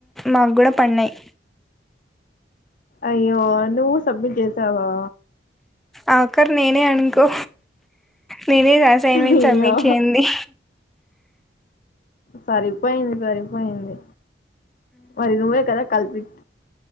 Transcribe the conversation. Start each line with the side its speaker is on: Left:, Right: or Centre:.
Centre: మాకు కూడా పడిడాయి
Left: అయ్యో నువ్వు సబ్మిట్ చేసావా
Centre: ఆకారు నేనేను ఇకో నేనే అసైన్మెంట్
Left: అయ్యో
Centre: సబ్మిట్ చేయంది
Left: సరిపోయింది సరిపోయింది మరి నువ్వే కదా కల్పిట్